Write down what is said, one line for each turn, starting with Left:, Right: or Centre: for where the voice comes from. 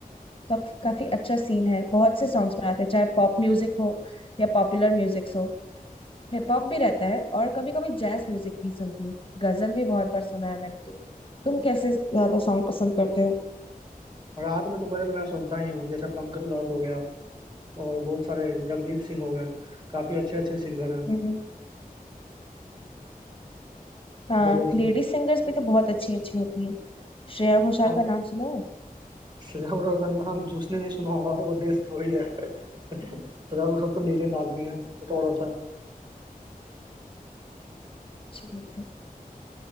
Left: काफ, काफी अच्छा सीन है बहुत से सॉन्ग्स बनाते हैं चाहे पॉप म्यूजिक हो या पॉपुलर म्यूजिक हो हिप हॉप भी रहता है और कभी कभी जैज म्यूजिक भी सुनती हूँ गजल भी बहुत बार सुना है मैंने तुम तुम कैसे ज्यादा सॉन्ग पसंद करते
Right: रात में तो गजल मैं सुनता ही हूँ जैसे पंकज उधास हो गया और बहुत सारे जगदीप सिंह हो गए काफी अच्छे अच्छे सिंगर हैं
Left: हो हाँ
Right: गजल सिंह
Left: लेडी सिंगर्स भी तो बहुत अच्छी अच्छी होती है श्रेया घोषाल
Right: हाँ
Left: का नाम सुना है
Right: सजा घोषाल का नाम जिसने नहीं सुना होगा वो देशद्रोही है <laughs> सजा घोषाल तो लीजेंड आदमी है वो तो और होता है
Left: अच्छी बात है